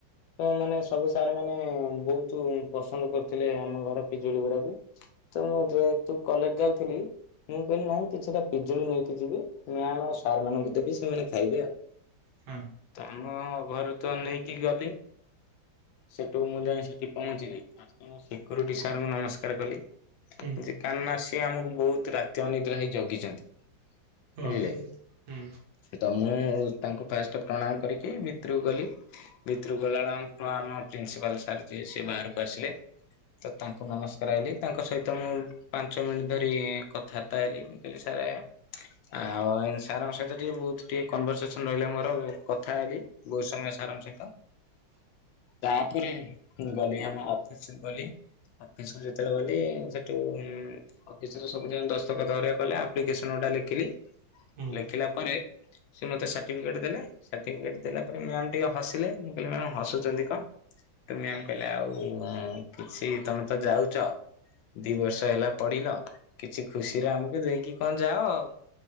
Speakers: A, on the left (about 75°); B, on the right (about 60°).
A: ତ ମାନେ ସବୁ ସାର୍ ମାନେ ବହୁତ ପସନ୍ଦ କରୁଥିଲେ ଆମ ଘର ପିଜୁଳି ଗୁଡାକୁ, ତ ମୁଁ ଯେତୁ କଲେଜ ଯାଉଥିଲି ମୁଁ କହିଲି ନାଇ କିଛିଟା ପିଜୁଳି ନେଇକି ଯିବି, ମ୍ୟାମ ଆଉ ସାର୍ ମାନଙ୍କୁ ଦେବି ସେମାନେ ଖାଇବେ ଆଉ।
B: ହଁ
A: ତ ଆମ ଘରୁ ତ ନେଇକି ଗଲି ସେଠୁ ମୁଁ ଯାଇ ସେଠି ପହଞ୍ଚିଲି ଶ ସାର୍ଙ୍କୁ ନମସ୍କାର କଲି
B: ହୁଁ
A: ସେି ଆମକୁ ବହୁତ ରାତି ଅନିଦ୍ରା ହେଇ ଜଗିଛନ୍ତି
B: ହଁ
A: ବୁଝିଲେ
B: ହୁଁ
A: ତ ମୁଁ ତାଙ୍କୁ ଫାଷ୍ଟ ପ୍ରଣାମ କରିକି ଭିତରକୁ ଗଲି ଭିତରୁକୁ ଗଲାବେେଳେ ଆମ ପ୍ରିନ୍ସିପାଲ ସାର୍ ଯିଏ ସେ ବାହାରକୁ ଆସିଲେ ତ ତାଙ୍କୁ ନମସ୍କାର ହେଇଲି ତାଙ୍କ ସହିତ ମୁଁ ପାଞ୍ଚ ମିନିଟ୍ ଧରି କଥାବାର୍ତ୍ତା ହେଲି ମୁଁ କହିଲି ସାର୍ ରେ ଆଉ ସାର୍ଙ୍କ ସହିତ ଟିକେ ବହୁତ ଟିକେ କନଭରସେସନ ରହିଲେ ମୋର କଥା ହେଲି ବହୁତ ସମୟ ସହି ତାପରେ ଗଲି ଆମ ଅଫିସ ଗଲି ଅଫିସୁ ଯେତେବେଳେ ଗଲେ ସେଠୁ ଅଫିସ ର ସବୁ ଦସ୍ତକ କଲେପ୍ିକସନ ଗଟ ଲେଖିଲି
B: ହୁଁ ହୁଁ
A: ଲେଖିଲା ପରେ ସେ ମତେ ସତିଫିକେଟ ଦେଲେ ଦେଲା ପରେ ମ ଟିକେ ହିଲେ ମୁ କହିଲି ମ ହସୁ କ ତୁମେ ଆମ କହିଲେ ଆଉ କିଛି ତମେ ତ ଯାଉଛ ଦି ବର୍ଷ ହେଲା ପଡିଲ କିଛି ଖୁସିରେ ଆମକୁ ଦେଇକି କଣ ଯାଅ ଆଉ